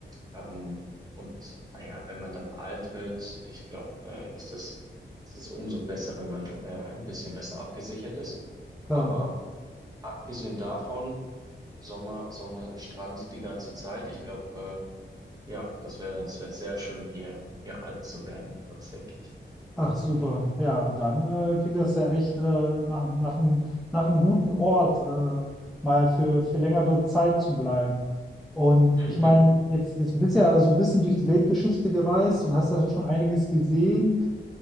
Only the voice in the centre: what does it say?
klar.
Ach super, ja, dann äh, klingt das ja echt äh, nach, nach einem, nach einem guten Ort, äh, mal für, für längere Zeit zu bleiben. Und
ich meine, jetzt, jetzt bist du ja so ein bisschen durch die Weltgeschichte gereist und hast ja schon einiges gesehen.